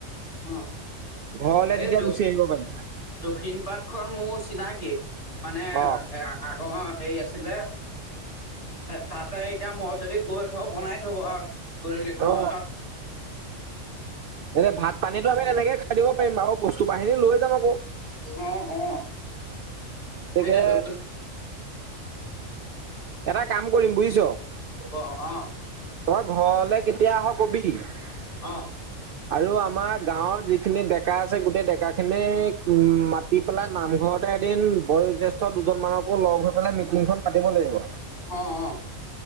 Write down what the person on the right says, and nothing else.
ঘৰলে
তেতিয়া গুচি আহিব পাৰিম
অ
অ এতিয়া ভাত পানীটো আমি তেক খাই দিওঁ পাৰিম আৰু বস্তু বাহিনী লৈ যাম আকৌ
গতিকে
এটা কাম কৰিম বুজিছ
তই ঘৰলৈ কেতিয়া আহ কবি ।
আৰু আমাৰ গাঁৱৰ যিখিনি ডেকা আছে গোটেই ডেকাখিনিক উম মাতি পেলাই নামঘৰত এদিন বয়োজ্যেষ্ঠ দুজন মানকো লগ হৈ পেলাই মিটিংখন পাতিব লাগিব ।